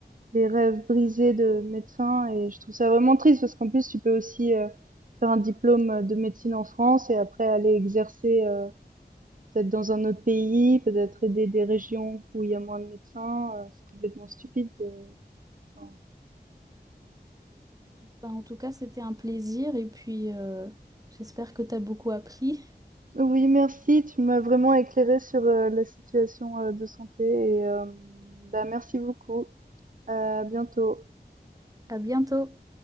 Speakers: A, on the right; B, on the right.
A: les rêves brisés de médecins et je trouve ça vraiment triste parce qu'en plus tu peux aussi euh, faire un diplôme de médecine en France et après aller exercer euh, peut-être dans un autre pays, peut-être aider des régions où il y a moins de médecins. Euh, C'est complètement stupide. euh, enfin,
B: Ben, en tout cas, c'était un plaisir et puis euh, j'espère que tu as beaucoup appris.
A: Oui, merci. Tu m'as vraiment éclairé sur euh, la situation euh, de santé et euh, bah, merci beaucoup. À bientôt.
B: À bientôt.